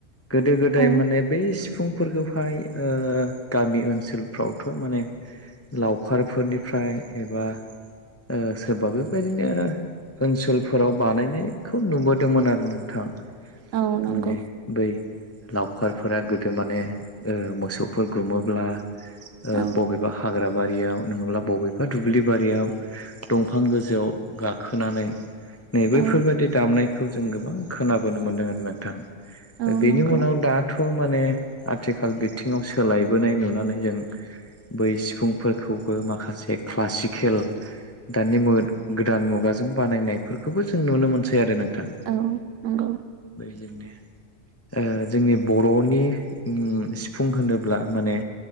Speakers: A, on the left; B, on the right.
A: गोदो गोदाय
B: औ
A: माने बै सिफुंफोरखौहाय ओ गामि ओनसोलफ्रावथ' माने लावखारफोरनिफ्राय एबा ओ सोरबा बे बायदिनो ओनसोलफोराव बानायनायखौ नुबोदोंमोन आरो नोंथां
B: औ नंगौ
A: माने बै लावखारफोरा गोदो माने ओ मोसौफोर गुमोब्ला ओ
B: औ
A: बबेबा हाग्रा बारियाव नङाब्ला बबेबा दुब्लि बारियाव दंफां गो जौआव गाखोनानै नै बैफोरबायदि
B: औ
A: दामनायखौ जों गोबां खोनाबोनो मोन्दों आरो नोंथां
B: औ
A: ओम बेनि
B: नंगौ
A: उनाव दाथ' माने आथिखाल बिथिङाव सोलायबोनाय नुनानै जों बै सिफुंफोरखौबो माखासे क्लासिकेल दानि मो गोदान मुगाजों बानायनायफोरखौबो जों नुनो मोनसै आरो नों थां
B: औ नंगौ
A: बैजोंनो ओ जोंनि बर'नि ओ सिफुं होनोब्ला माने